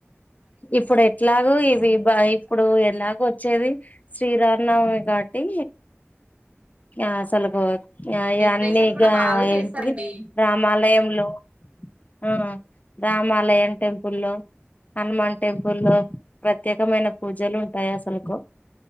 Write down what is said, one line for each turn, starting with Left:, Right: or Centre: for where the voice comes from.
Left: ఇప్పుడు ఎట్లాగొ ఇవి బైప్. ఇప్పుడు ఎలాగో వచ్చేది శ్రీరామ్ నవమి కాబట్టి. ఆహ్ అసలు. ఓ యా
Right: డెకరేషన్
Left: అన్నీగా
Right: కూడా బాగా చేస్తారండి
Left: ఏంటిది రామాలయంలో ఆ రామాలయం టెంపుల్లో హనుమాన్ టెంపుల్లో ప్రత్యేకమైన పూజలు ఉంటాయి అసలకు.